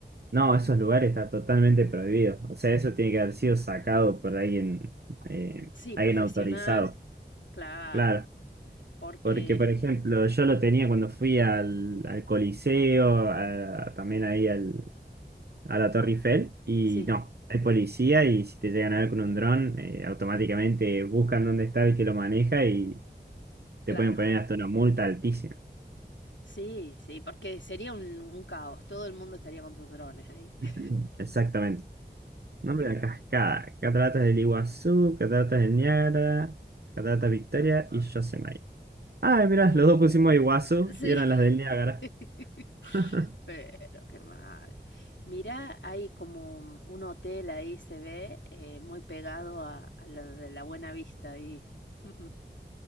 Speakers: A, on the right; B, on the left.
A: No, esos lugares está totalmente prohibido. O sea, eso tiene que haber sido sacado por alguien, eh,
B: Sí,
A: alguien
B: profesional,
A: autorizado.
B: claro.
A: Claro.
B: Porque
A: Porque, por ejemplo, yo lo tenía cuando fui al, al Coliseo, a- también ahí al a la Torre Eiffel y
B: Sí,
A: no, hay policía y si te llegan a ver con un dron, eh, automáticamente buscan dónde está el que lo maneja y
B: claro.
A: te pueden poner hasta una multa altísima.
B: Sí, sí, porque sería un, un caos. Todo el mundo estaría con sus drones ahí. <laughs>
A: <clears throat> Exactamente. Nombre de la cascada. Cataratas del Iguazú, Cataratas del Niágara, Cataratas Victoria y Yosemite. Ah, mirá,
B: Oh,
A: los dos pusimos Iguazú
B: sí.
A: y eran las del Niágara.
B: <laughs>
A: <laughs>
B: Pero qué mal. Mira, hay como un hotel ahí, se ve, eh, muy pegado a, a lo de la Buena Vista ahí. <laughs>